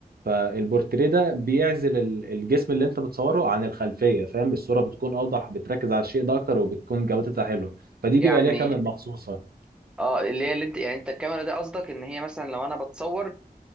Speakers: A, on the right; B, in the centre.
A: فالبورتريه ده بيعزل ال- الجسم اللي انت بتصوره عن الخلفية فاهم الصورة بتكون اوضح بتركز على الشيء ده اكتر وبتكون جودتها حلوة فدي
B: يعني
A: بيبقى ليها كاميرا مخصوصة
B: اه اللي هي اللي انت يعني انت الكاميرا دي قصدك ان هي مثلا لو انا بتصور